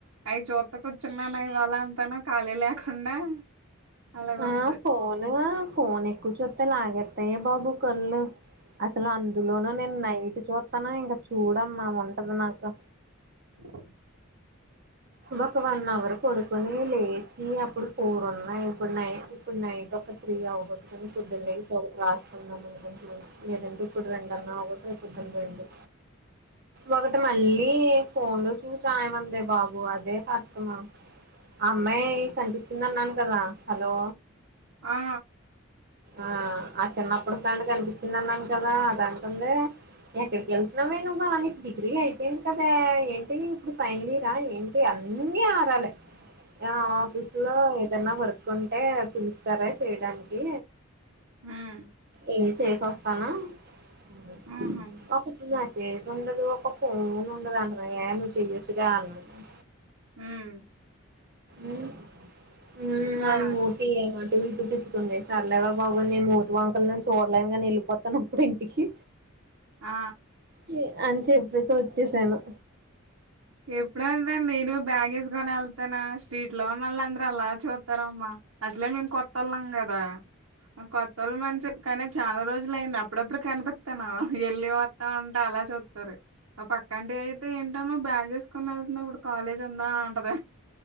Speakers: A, on the right; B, on the right.
A: అయి చూత కూచున్నానే ఇవాళ అంతాను ఖాళీ లేకుండా అలాగుంది
B: అ ఫోను ఫోన్ ఎక్కువచుతే లాగేతయే ఏ బాబూ కల్లు అసలు అందులోన నేను నైట్ చుత్తను ఇంగ చూడన్న ఉంటది నాకు
A: ఉ
B: ఒక వన్ హవర్ పడు కొని లేచి అప్పుడు ఫోర్ ఉన్నాయి ఇప్పుడు నై ఇప్పుడు నైట్ ఒక త్రీ అవ్ కా పొద్దున్న స రాకున్నాం అని కుంటున్నాను లేదండి ఇప్పుడు రెండు అన్నా రేపుొద్దున రెండు ఒకటి మళ్ళీ ఫోన్ లో చూసి రాయమందే బాబు బు అదే కాష్టము ఆ అమ్మాయి కనిపించింది అన్నాను కదా హలో
A: ఆ
B: ఆ అ చిన్నప్పుడు ఫ్రెండ్ కనిపించింది అన్నాను కదా అదంటుంది ఎక్కడికి వెళ్తున్నామే నువ్వు వాళకి డిగ్రీ అయిపోయింది కదా ఏంటి ఇప్పుడు ఫైనల్ ఇయరా ఏంటి అ అన్నీ ఆరాలే ఆ ఆఫీస్ లో ఏదన్నా వర్క్ ఉంటే పిలుస్తారా చేయడానికి
A: ఉమ్
B: ఏ చేసి ఒస్తానా <unintelligible>
A: ఉహు
B: ఉండదు ఒక ఫోన్ ఉండదంటది ఏ నువు చెయొచ్చుగా అన్నను
A: ఉమ్
B: ఉమ్ ఉమ్
A: బా
B: అనము ఏం అటు ఇటు తిప్పుతుంది సర్లేవే బాబు నీ మూతి వంకర్లు నేను చూడలేను గానీ ఎళ్ళిపోతానుప్పుడు ఇంటికి
A: ఆ
B: చె అని చెప్పేసి ఒచ్చేసాను
A: <unintelligible> నేను బ్యాగేసుకని ఎళ్తానా స్ట్రీట్ లో ఉన్నోల్లు అందరూ అలా చూ అత్తరమ్మా అసలే మేము కొత్తోళ్ళం కదా అ కొత్తోళ్ళమని చెప్పుకుని కానీ చాలా రోజులు అయింది అప్పుడప్పుడు కనిపిత్తాను ఎల్లేవా <unintelligible> అలా చూత్తరు మా పక్కంట అయితే ఏంటమ బ్యాగ్ ఏసుకుని ఎళ్తనావ్ ఉప్పుడు కాలేజ్ ఉందా అంటది